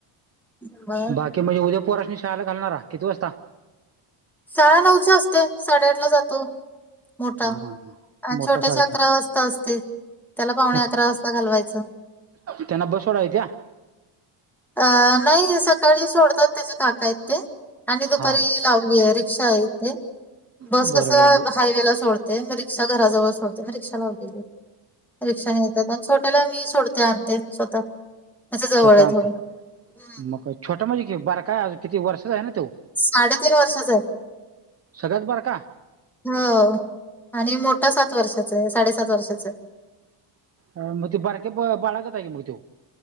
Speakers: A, in the centre; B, on the right.
A: ह
B: बाकी म्हणजेद्या पोरासनी शाळेला घालणारा किती वाजता
A: शाळानऊच्या असते साळे आठ ला जातो मोठा
B: हा
A: अ
B: मोठा
A: छोट्या
B: शाळेतला
A: अकरा वाजता असते त्याला पावणे
B: मग
A: अकरा वाजता घालवायचं
B: त्यांना बसवडा य त्या्या
A: अ नाही सकाळी सोडतात त्याचे काका आहेतेत ते आणि दुपारी
B: हा
A: लावली आहे रिक्षा आहे इथे बस
B: बरं
A: कस
B: बरं बरं
A: हायवे ला सोड ते रिक्षा घराजवळ सोडते मी रिकशा लावलेली रिक्षा न येत आणि सोळ त्याला मी सोडते आणते स्वतः त्याच्या जवळ
B: स्वतः
A: आहे
B: आणते
A: थोडं हं.
B: मग का छोटं म्हणजे कि बरं काय अज किती वर्षच आहे ना तो
A: साडेतीन वर्षा च आहे
B: सगळ्यात बारका
A: हो आणि मोठा सात वर्षाचा आहे साडेसात वर्षाच आहे
B: अ मगे बरके ब बाळगतगे मुगव त्यो